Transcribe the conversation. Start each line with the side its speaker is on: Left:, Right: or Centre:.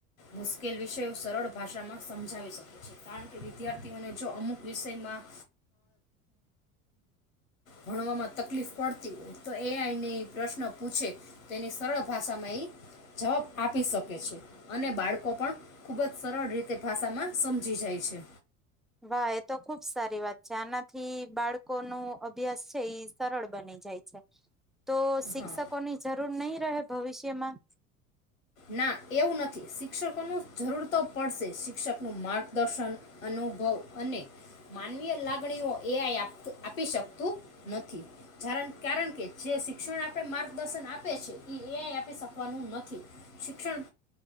Left: મુશ્કેલ વિષયો સરળ ભાષામાં સમજાવી શકે છે કારણ કે વિદ્યાર્થીઓને જો અમુક વિષયમાં ભણવામાં તકલીફ પડતી હોય તો એને પ્રશ્ન પૂછે. તેની સરળ ભાષામાં એ જવાબ આપી શકે છે. અને બાળકો પણ ખૂબ જ સરળ રીતે ભાષામાં સમજી જાય છે.
Centre: વાહ એ તો ખુબ સારી વાત છે આનાથી બાળકોનું અભ્યાસ છે સરળ બની જાય છે. તો શિક્ષકો
Left: હા
Centre: ની જરૂર નહી? ભવિષ્યમાં
Left: ના એવું નથી શિક્ષકોનુ જરૂર તો પડશે શિક્ષકનું માર્ગ દર્શન અનુભવ અને માનવીય લાગણીઓ એ આઈ આપત આપી શકતું નથીણ કારણ કે જે શિક્ષણ આપણે માર્ગદર્શન આપે છે એઆ આપી શકવાનું નથી. થી શિક્ષણ